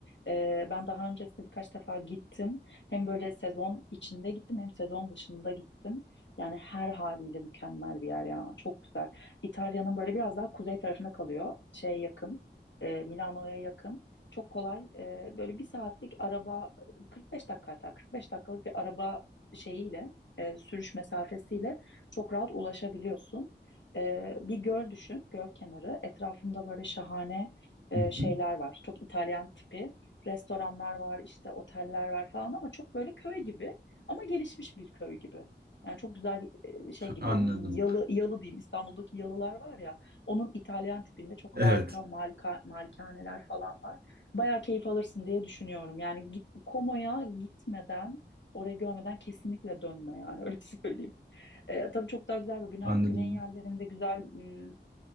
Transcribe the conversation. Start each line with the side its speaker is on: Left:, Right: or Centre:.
Left: Ee, ben daha öncesinde birkaç defa gittim. Hem böyle sezon içinde gittim hem sezon dışında gittim. Yani her haliyle mükemmel bir yer ya. Çok güzel. İtalya'nın böyle biraz daha kuzey tarafına kalıyor. Şeye yakın. e, Milano'ya yakın. Çok kolay. e, böyle bir saatlik araba 45 dakika hatta 45 dakikalık bir araba şeyiyle e, sürüş mesafesiyle çok rahat ulaşabiliyorsun. E, bir göl düşün, göl kenarı. Etrafında böyle şahane e,
Right: Hı hı,
Left: şeyler var. Çok İtalyan tipi restoranlar var, işte oteller var falan ama çok böyle köy gibi ama gelişmiş bir köy gibi. Yani çok güzel e, şey gibi
Right: Anladım.
Left: m, yalı yalı diyeyim İstanbul'daki yalılar var ya onun İtalyan tipinde çok
Right: Evet,
Left: harika malika, malikaneler falan var bayağı keyif alırsın diye düşünüyorum. Yani git, Komo'ya gitmeden, orayı görmeden kesinlikle dönme yani öyle <laughs> söyleyeyim. Ee, tabii çok daha güzel ve güney,
Right: anladım.
Left: güney yerlerinde güzel m,